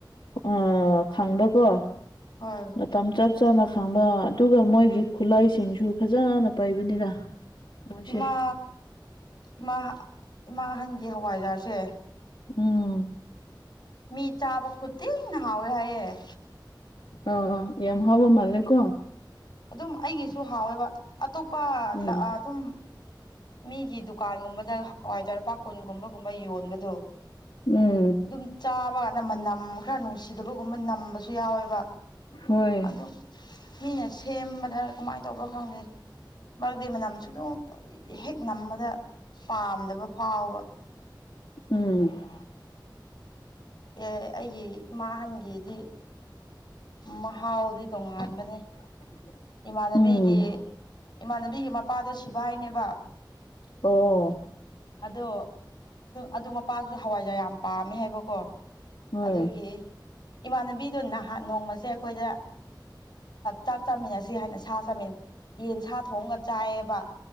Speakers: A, on the left (about 80°); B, on the left (about 60°).
A: ꯑ ꯈꯪꯕꯀꯣ
B: ꯑꯥ
A: ꯃꯇꯝ ꯆꯞ ꯆꯥꯅ ꯈꯪꯕ ꯑꯗꯨꯒ ꯃꯣꯏꯒꯤ ꯈꯨꯠꯂꯥꯏꯁꯤꯡꯁꯨ ꯐꯖꯅ ꯄꯥꯏꯕꯅꯤꯗ ꯃꯣꯏꯁꯦ
B: ꯏꯃꯥ ꯏꯃꯥ ꯏꯃꯥ ꯑꯍꯟꯒꯤ ꯍꯋꯥꯏꯖꯥ‍꯭ꯔꯁꯦ
A: ꯎꯝ
B: ꯃꯤ ꯆꯥꯕ ꯈꯨꯗꯤꯡꯅ ꯍꯥꯎꯋꯦ ꯍꯥꯏꯑꯦ
A: ꯑ‌ꯣ ꯑ‌ꯣ ꯌꯥꯝ ꯍꯥꯎꯕ ꯃꯥꯜꯂꯦꯀꯣ
B: ꯑꯗꯨꯝ ꯑꯩꯒꯤꯁꯨ ꯍꯥꯎꯋꯦꯕ ꯑꯇꯣꯞꯄ
A: ꯎꯝ
B: ꯂꯥꯛꯑ ꯑꯗꯨꯝ ꯃꯤꯒꯤ ꯗꯨꯀꯥꯟꯒꯨꯝꯕꯗ ꯍꯋꯥꯏꯖꯥ‍꯭ꯔ ꯄꯥꯛ ꯀꯨꯟꯒꯨꯝꯕꯒꯨꯝꯕ ꯌꯣꯟꯕꯗꯣ
A: ꯎꯝ
B: ꯑꯗꯨꯝ ꯆꯥꯕ ꯀꯥꯟꯗ ꯃꯅꯝ ꯈꯔ ꯅꯨꯡꯁꯤꯗꯕꯒꯨꯝꯕ ꯅꯝꯕꯁꯨ ꯌꯥꯎꯋꯦꯕ
A: ꯍꯣꯏ
B: ꯑꯗꯨꯝ ꯃꯤꯅ ꯁꯦꯝꯕꯗ ꯀꯃꯥꯏꯅ ꯇꯧꯕ꯭ꯔꯣ ꯈꯪꯗꯦ ꯃꯔꯛꯗꯤ ꯃꯅꯝꯁꯨ <unintelligible> ꯍꯦꯛ ꯅꯝꯕꯗ ꯄꯥꯝꯗꯕ ꯐꯥꯎꯕ
A: ꯎꯝ
B: ꯑꯦ ꯑꯩꯒꯤ ꯏꯃꯥ ꯑꯍꯟꯒꯤꯗꯤ ꯃꯍꯥꯎꯗꯤ ꯇꯣꯉꯥꯟꯕꯅꯦ
A: <inaudible>
B: ꯏꯃꯥꯟꯅꯕꯤꯒꯤ
A: ꯎꯝ
B: ꯏꯃꯥꯟꯅꯕꯤꯒꯤ ꯃꯄꯥꯗꯣ ꯁꯤꯐꯥꯏꯅꯦꯕ
A: ꯑꯣ
B: ꯑꯗꯣ ꯑꯗꯨ ꯃꯄꯥꯁꯨ ꯍꯋꯥꯏꯖꯥ꯭ꯔ ꯌꯥꯝ ꯄꯥꯝꯃꯦ ꯍꯥꯏꯕꯀꯣ
A: ꯍꯣꯏ
B: ꯑꯗꯨꯒꯤ ꯏꯃꯥꯟꯅꯕꯤꯗꯣ ꯅꯍꯥꯟ ꯅꯣꯡꯃꯁꯦ ꯑꯩꯈꯣꯏꯗ ꯆꯥꯛ ꯆꯥꯃꯤꯟꯅꯁ‌ꯦ ꯁꯤ ꯍꯥꯏꯅ ꯁꯥ ꯆꯥꯃꯤꯟ ꯌꯦꯟ ꯁꯥ ꯊꯣꯡꯉꯒ ꯆꯥꯏꯌꯦꯕ